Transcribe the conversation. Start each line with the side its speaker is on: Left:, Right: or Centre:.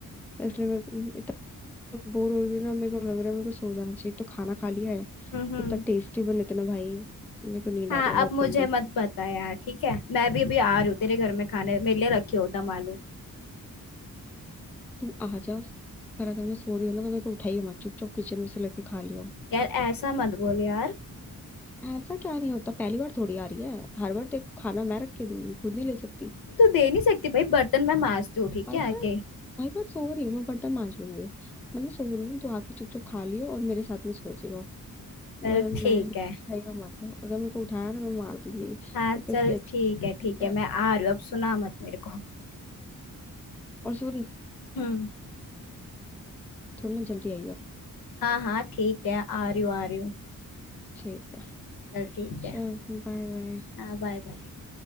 Centre: इसलिए मैं म, इतना बोर हो रही हूँ ना मेरे को लग रहा है मेरे को सो जाना चाहिए एक तो खाना खा लिया है
Left: हम्म हम्म
Centre: इतना टेस्टी बने थे ना भाई मेरे को नींद
Left: हाँ
Centre: आ रही है बहुत
Left: अब मुझे
Centre: गंदी
Left: मत बता यार ठीक है मैं भी अभी आ रही हूँ तेरे घर में खाने मेरे लिए रखी हो दम आलू
Centre: तू आ जा पर अगर मैं सो रही हूँ ना तो मेरे को उठाइयो मत चुपचाप किचन में से लेके खा लियो
Left: यार ऐसा मत बोल यार
Centre: ऐसा क्या नहीं होता पहली बार थोड़ी आ रही है हर बार तेरे को खाना मैं रख के दूंगी खुद नहीं ले सकती
Left: तू दे नहीं सकती भाई बर्तन मैं मांजती हूँ ठीक
Centre: भाई
Left: है आके
Centre: मैं भाई मैं सो रही हूँ मैं बर्तन मांज लूंगी मैंने सो रही हूँ तो आके चुप चुप खा लियो और मेरे साथ में सो जियो
Left: चल
Centre: वरना
Left: ठीक
Centre: मैं खाइयो
Left: है
Centre: मत अगर मेरे को उठाया ना मैं मार दूंगी
Left: हाँ
Centre: एक
Left: चल
Centre: तो इतनी अच्छी
Left: ठीक है ठीक है
Centre: है
Left: मैं आ रही हूँ अब सुना मत मेरे को
Centre: और सुन
Left: हम्म
Centre: थोड़ी ना जल्दी आइयो
Left: हाँ हाँ ठीक है आ रही हूँ आ रही हूँ
Centre: ठीक है
Left: चल ठीक है
Centre: चल बाय बाय
Left: हाँ बाय बाय